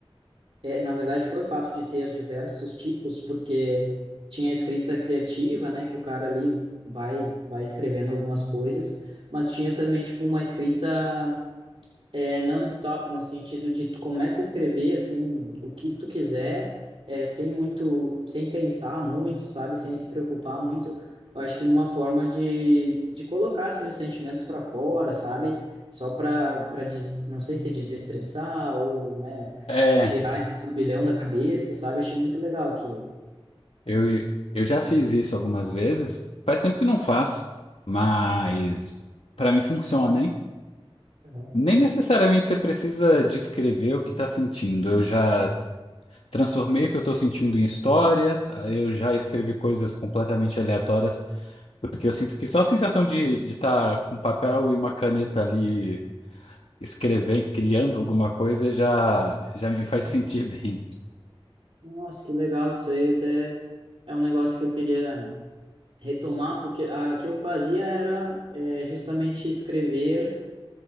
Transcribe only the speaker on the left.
É.
Eu, eu já fiz isso algumas vezes. Faz tempo que não faço, mas para mim funciona, hein?
Nem necessariamente você precisa descrever o que está sentindo. Eu já transformei o que eu estou sentindo em histórias, eu já escrevi coisas completamente aleatórias, porque eu sinto que só a sensação de de estar com um papel e uma caneta ali escrevendo, criando alguma coisa já, já me faz
sentir bem, <laughs>